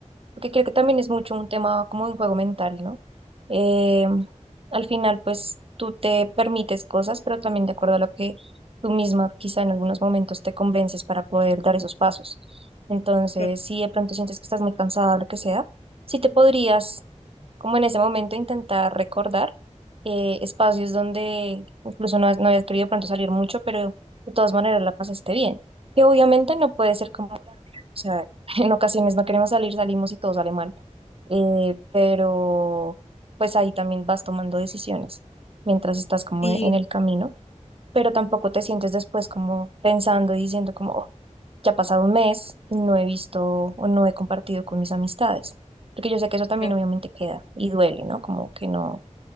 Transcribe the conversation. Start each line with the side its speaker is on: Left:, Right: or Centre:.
Right: porque creo que también es mucho un tema como un juego mental, ¿no? Eh, al final, pues tú te permites cosas, pero también de acuerdo a lo que tú misma quizá en algunos momentos te convences para poder dar esos pasos. Entonces,
Left: Claro.
Right: si de pronto sientes que estás muy cansada o lo que sea, sí te podrías, como en ese momento, intentar recordar eh, espacios donde incluso no, has- no hayas querido de pronto salir mucho, pero de todas maneras la pasaste bien. Que obviamente no puede ser como, o sea, <laughs> en ocasiones no queremos salir, salimos y todo sale mal eh, pero pues ahí también vas tomando decisiones mientras estás como
Left: Sí,
Right: en el camino, pero tampoco te sientes después como pensando y diciendo como, "Oh, ya ha pasado un mes y no he visto o no he compartido con mis amistades, porque yo sé que eso también
Left: claro,
Right: obviamente queda y duele, ¿no? Como que no,